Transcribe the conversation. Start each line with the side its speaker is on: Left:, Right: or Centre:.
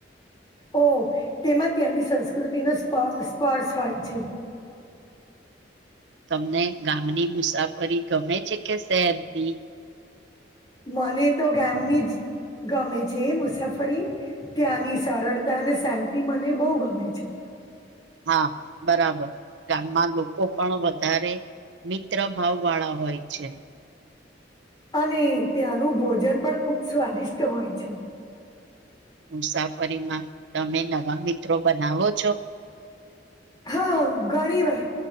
Left: ઓ તેમાં ત્યાંની સંસ્કૃતિનો સ્પર્શ હોય છે,
Right: તમને ગામની મુસાફરી ગમે છે કે શહેરથી?
Left: મને તો ગામની જ ગમે છે મુસાફરી ત્યાંની સરળતા અને શાંતિ મને બહુ ગમે છે,
Right: હા, બરાબર ગામમાં લોકો પણ વધારે મિત્ર ભાવ વાળા હોય છે,
Left: અને ત્યાંનું ભોજન પણ ખુબ સ્વાદિષ્ટ હોય છે,
Right: મુસાફરીમાં તમે નવા મિત્રો બનાવો છો?
Left: હા ઘણી વાર